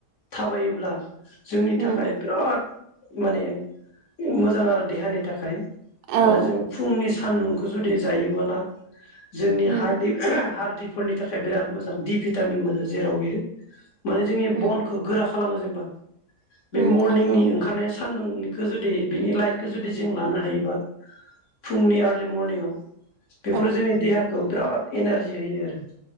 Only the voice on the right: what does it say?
उम
औ
उम
उम
उम
नंगौ
औ